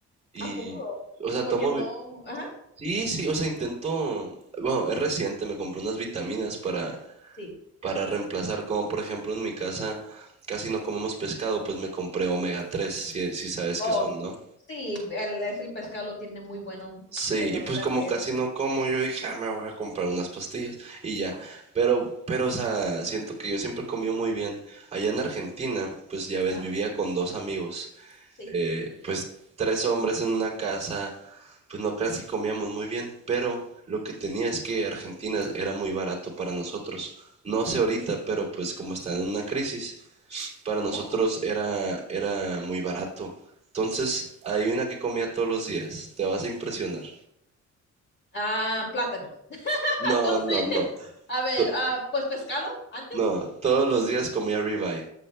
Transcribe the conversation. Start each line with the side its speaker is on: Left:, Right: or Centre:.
Right: Y,
Left: ¿A poco?
Right: o sea,
Left: Porque
Right: tomo...
Left: no,
Right: vi-
Left: ajá,
Right: Sí, sí, o sea, intento... Bueno, es reciente, me compré unas vitaminas para,
Left: sí.
Right: para reemplazar. Como por ejemplo en mi casa casi no comemos pescado, pues me compré omega 3, si, si sabes
Left: Oh,
Right: qué son,
Left: Oh,
Right: ¿no?
Left: sí, el, es el pescado lo tiene muy bueno,
Right: Sí,
Left: el
Right: y
Left: omega
Right: pues como
Left: tres,
Right: casi no como, yo dije, ah, me voy a comprar unas pastillas y ya.
Left: Ajá,
Right: Pero, pero, o sea, siento que yo siempre he comido muy bien. Allá en Argentina, pues ya ves,
Left: ajá,
Right: vivía con dos amigos,
Left: sí.
Right: eh, pues tres hombres en una casa, pues no casi comíamos muy bien, pero lo que tenía es que Argentina era muy barato para nosotros. No
Left: Ujú.
Right: sé ahorita, pero pues como está en una crisis, para nosotros
Left: oh.
Right: era, era muy barato. Entonces, adivina qué comía todos los días, te vas a impresionar.
Left: Ah, plátano. <laughs>
Right: No,
Left: No sé.
Right: no, no.
Left: A ver,
Right: To-
Left: ah, pues pescado antes.
Right: No, todos los días comía ribeye.